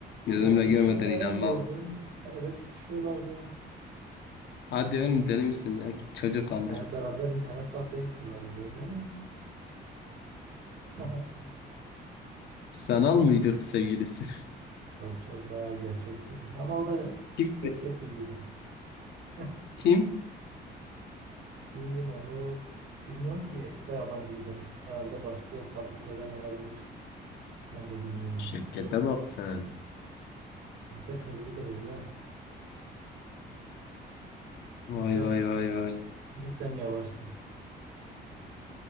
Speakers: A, on the left (about 75°); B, on the right (about 80°).
A: Gözümle
B: Yapmış
A: görmeden
B: işte
A: inanmam.
B: gördüm. El ele tutuşuyorlardı.
A: Hadi oğlum deli misin ya? Git çocuk kandır.
B: He, beraber internet kafeye gidiyorlardı. Dedim nereye gidiyorsunuz? <laughs>
A: Sanal mıydık sevgilisi?
B: Yok yok bayağı gerçekçi. Ama o da
A: <laughs>
B: şirket
A: Kim?
B: gibiydi. <laughs>
A: Kim?
B: Kim onu bilmiyorum ki. Bu da yabancıydı. Herhalde başka fakülteden olabilir. Ben de bilmiyorum.
A: Şevket'e bak sen.
B: Şirket hızlıdır hızlı. Bir,
A: Vay
B: se-
A: vay vay vay.
B: bir sen yavaşsın.